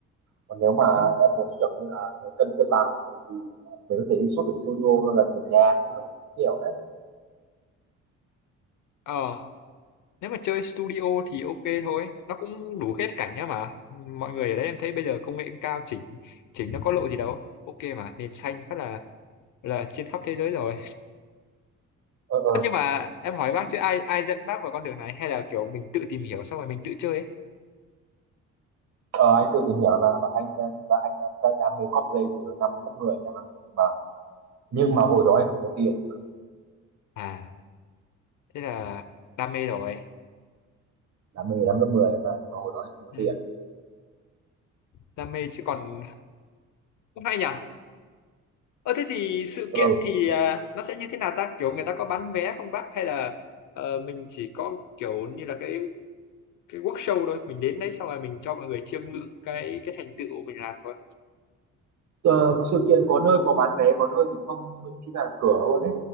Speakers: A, on the right; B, on the left.
A: còn nếu mà
B: Ừ.
A: em muốn kiểu như là nó cân cân bằng thì, thì mình có thể đi xuất ở studio nó gần gần nhà cũng được kiểu đấy
B: ờ nếu mà chơi studio thì ok thôi nó cũng đủ hết cảnh nhá mà mọi người ở đấy em thấy bây giờ công nghệ cũng cao chỉnh chỉnh nó có lộ gì đâu ok mà nền xanh phát là là trên khắp thế giới rồi
A: ờ ờ
B: Tất nhưng mà em hỏi bác chứ ai ai dẫn bác vào con đường này hay là kiểu mình tự tìm hiểu xong rồi mình tự chơi ấy?
A: ờ anh tự tìm hiểu là và anh ờ, thực ra anh đã, đã đam mê cosplay từ năm lớp 10 em ạ nhưng mà nhưng mà hồi đó anh không có tiền
B: À, thế là đam mê rồi.
A: đam mê lắm lớp 10 mà mà hồi đó không có
B: Ừ,
A: tiền
B: đam mê chứ còn cũng hay nhỉ. Ờ thế thì sự
A: ừ.
B: kiện thì à, nó sẽ như thế nào ta? Kiểu người ta có bán vé không bác hay là ờ, mình chỉ có kiểu như là cái cái workshop thôi, mình đến đấy xong rồi mình cho mọi người chiêm ngưỡng cái cái thành tựu mình làm thôi.
A: ờ, sự kiện có nơi có bán vé có nơi thì không miễn phí là cửa luôn đấy